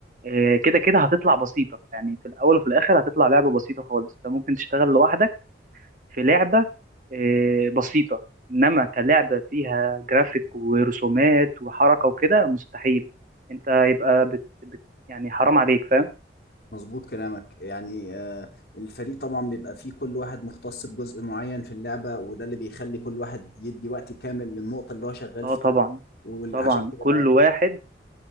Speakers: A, on the right (about 45°); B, on the left (about 55°).
A: آه، كده كده هتطلع بسيطه يعني في الاول وفي الاخر هتطلع لعبه بسيطه خالص انت ممكن تشتغل لوحدك في لعبه آه، بسيطه انما كلعبه فيها جرافيك ورسومات وحركه وكده مستحيل انت يبقى بت بت يعني حرام عليك فاهم
B: مظبوط كلامك يعني آه، الفريق طبعا بيبقى فيه كل واحد مختص بجزء معين في اللعبة وده اللي بيخلي كل واحد يدي وقت كامل للنقطة اللي هو شغال
A: اه
B: فيها
A: طبعا
B: وعشان
A: طبعا
B: كده
A: كل
B: لا
A: واحد
B: تطلع